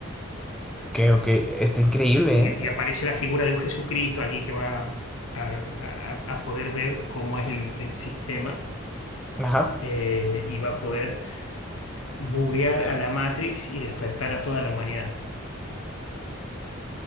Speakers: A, in the centre; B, on the left.
A: Ok, ok, está
B: Y,
A: increíble,
B: y- y
A: ¿eh?
B: aparece la figura de un Jesucristo, alguien que va... A, a- a poder ver cómo es el el sistema
A: Ajá,
B: eh, y va a poder buguear a la Matrix y despertar a toda la humanidad.